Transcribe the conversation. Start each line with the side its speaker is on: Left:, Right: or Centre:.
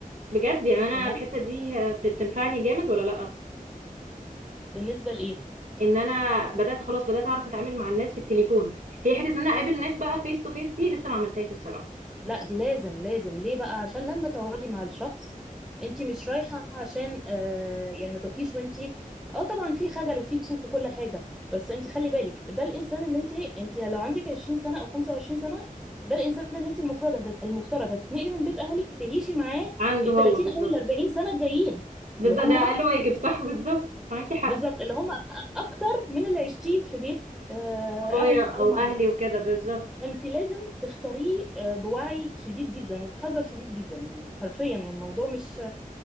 Right: بجد يعني انا
Centre: تمام
Right: الحته دي آه، بت- بتنفعني جامد ولا لا
Centre: بالنسبة لايه
Right: ان انا بدات خلاص بدات اعرف اتعامل مع الناس في التليفون هي حته ان انا اقابل ناس بقى فيس تو فيس دي لسه ما عملتهاش الصراحه
Centre: لا دي لازم لازم ليه بقى عشان لما تقعدي مع الشخص انت مش رايحه عشان آه يعني ما تروحيش وانت اه طبعا في خجل وفي كسوف وكل حاجه بس انت خلي بالك ده الانسان اللي انت انت لو عندك 20 سنه او 25 سنه ده الانسان اللي انت المفروض هت- المفترض هتتنقلي من بيت اهلك تعيشي معاه
Right: عنده
Centre: ال
Right: هو
Centre: 30
Right: بالظبط
Centre: او ال 40 سنه الجايين
Right: بالظبط
Centre: اللي هم
Right: ده اقل واجب صح بالظبط معاكي حق
Centre: بالظبط اللي هم اكتر من اللي عشتيه في بيت آه
Right: بابايا
Centre: اهلك
Right: او
Centre: او مع
Right: اهلي وكده بالظبط
Centre: فانت لازم تختاريه آه، بوعي شديد جدا وبحذر شديد جدا يعني حرفيا يعني الموضوع مش